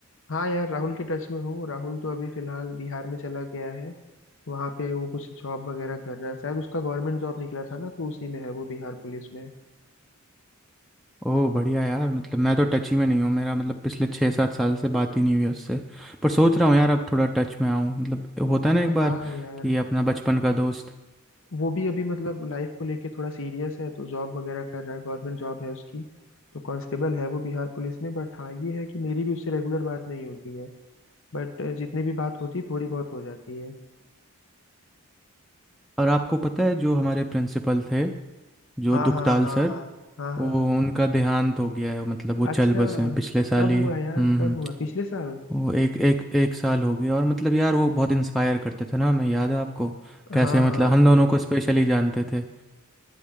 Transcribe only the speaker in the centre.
ओह बढ़िया यार मतलब मैं तो टच ही में नहीं हूँ मेरा मतलब पिछले छः सात साल से बात ही नहीं हुई उससे पर सोच रहा हूँ यार अब थोड़ा टच में आऊँ मतलब होता है ना एक
बार
कि अपना बचपन का दोस्त
और आपको पता है जो हमारे प्रिंसिपल थे जो
दुखताल
सर
वो उनका देहांत हो गया है मतलब वो चल
बसे हैं पिछले साल
ही
हम्म
हम्म,
वो एक एक एक साल हो गया और मतलब यार वो बहुत इंस्पायर करते थे ना हमें याद है आपको कैसे
मतलब
हम दोनों को स्पेशली जानते थे